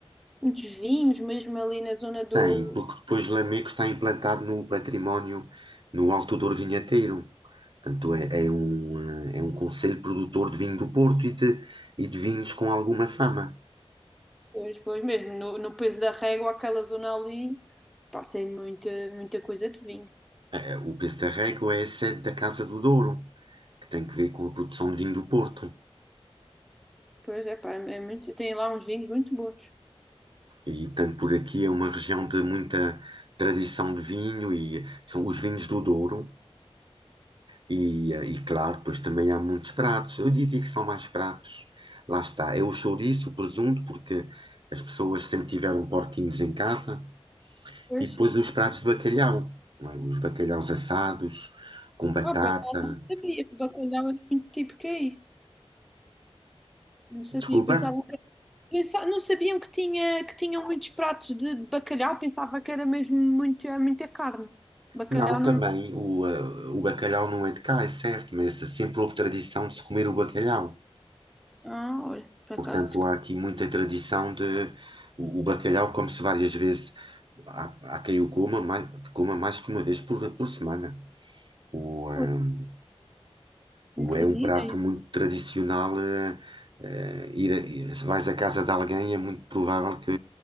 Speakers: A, in the centre; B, on the right.
A: muitos vinhos, mesmo ali na zona do.
B: Tem, porque depois Lamego está implantado no património, no Alto Douro Vinhateiro. Portanto, é, é um, eh, é um conselho produtor de vinho do Porto e de, e de vinhos com alguma fama.
A: Pois, pois mesmo, no, no Peso da Régua, aquela zona ali, pá, tem muita, muita coisa de vinho.
B: Eh, O Pestarrego é a sede da Casa do Douro, que tem que ver com a produção de vinho do Porto.
A: Pois é, pá, é muito, tem lá uns vinhos muito bons.
B: E, portanto, por aqui é uma região de muita tradição de vinho e são os vinhos do Douro, E, eh, e claro, pois também há muitos pratos. Eu diria que são mais pratos. Lá está, é o chouriço, o presunto, porque as pessoas sempre tiveram porquinhos em casa.
A: Pois,
B: E depois os pratos de bacalhau, não é? Os bacalhaus assados, com batata.
A: pá, por acaso não sabia que bacalhau era muito típico aí. Não sabia,
B: Desculpa?
A: pensava que, pensa- não sabiam que tinha, que tinham muitos pratos de, de bacalhau, pensava que era mesmo muita, muita carne. Bacalhau
B: Não,
A: não
B: também o, eh, o bacalhau não é de cá, é certo, mas sempre houve tradição de se comer o bacalhau.
A: Ah, olha, por
B: Portanto,
A: acaso
B: há aqui muita tradição de. O, o bacalhau come-se várias vezes. Há, há quem o coma mais, coma mais que uma vez por, por semana. O, ehm,
A: desconheço.
B: o
A: Não fazia
B: é um prato
A: ideia.
B: muito tradicional. eh, eh, ir a- se vais à casa de alguém, é muito provável que